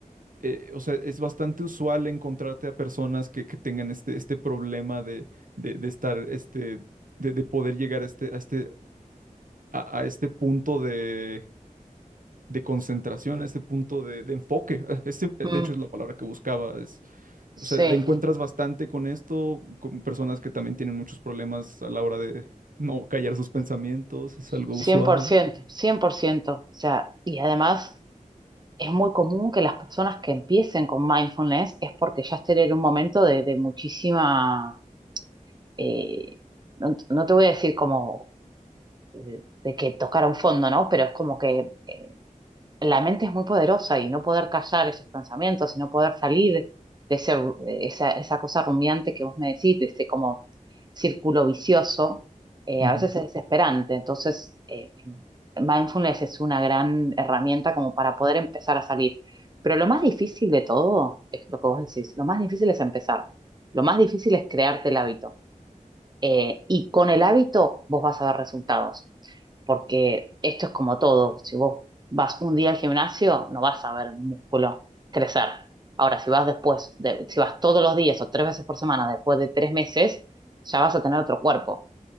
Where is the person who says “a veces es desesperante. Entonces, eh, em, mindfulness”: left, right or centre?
Right